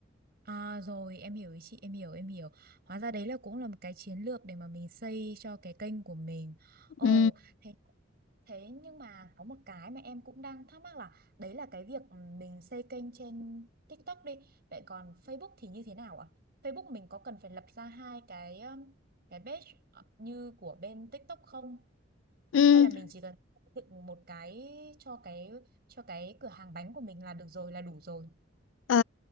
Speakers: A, on the right; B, on the left.
A: À, rồi em hiểu ý chị em hiểu em hiểu hóa ra đấy là cũng là một cái chiến lược để mà mình xây cho cái kênh của mình ồ
B: ừ
A: thế Thế nhưng mà có một cái mà em cũng đang thắc mắc là đấy là cái việc mình xây kênh trên TikTok đi. Vậy còn Facebook thì như thế nào ạ? Facebook mình có cần phải lập ra hai cái um, cái page như của bên TikTok không?
B: ừ
A: Hay là mình chỉ cần xây dựng một cái cho cái cho cái cửa hàng bánh của mình là được rồi là đủ rồi?
B: Ờ,